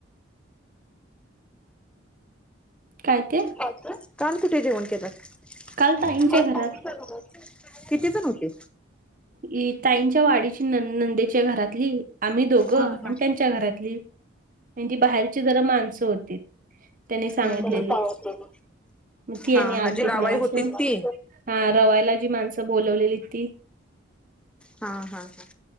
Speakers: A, on the right (about 45°); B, in the centre.
A: काय ते
B: काय ते काल कुठे जेवण केलंत
A: काल ताईंच्या
B: काल
A: घरात
B: ताईंच्या घरी किती जण होते
A: ही ताईंच्या वाडीची न नंदेच्या घरातली आम्ही दोघं
B: हा हा हा
A: आणि
B: हा.
A: त्यांच्या घरातली त्यांची बाहेरची जरा माणसं होती त्यांनी सांगितलेली
B: हम्म हम्म.
A: मुकी
B: हा
A: आणि आलतीत
B: हा जी लावाई
A: माणसं
B: होती ती
A: हा रवायला जी माणसं बोलवलेली ती
B: हा हा हा